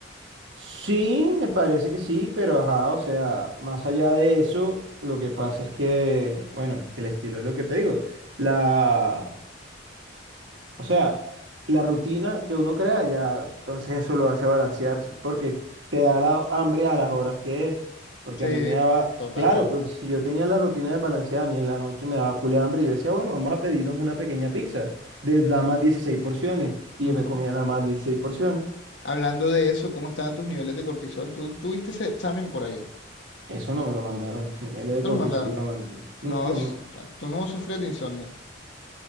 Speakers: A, on the right; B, on the left.
A: Sí, me parece que sí, pero ajá, o sea, más allá de eso, lo que pasa es que, bueno, es que el estilo es lo que te digo. La, O sea, la rutina que uno crea ya, entonces eso lo hace balancearse, porque te da la hambre a las horas que es. Porque
B: Sí,
A: a mí me daba,
B: total.
A: claro, porque si yo tenía la rutina de balanceada, a mí en la noche me daba culo de hambre y yo decía, bueno, vamos a pedirnos una pequeña pizza de nada más dieciséis porciones. Y
B: Ujú.
A: yo me comía nada más 16 porciones.
B: Hablando de eso, ¿cómo estaban tus niveles de cortisol? ¿Tú tuviste ese examen por ahí?
A: Eso no me lo mandaron. Niveles
B: ¿No
A: de
B: te
A: cortisol
B: lo mandaron?
A: la mandaron.
B: No, s- tú no sufrías de insomnio.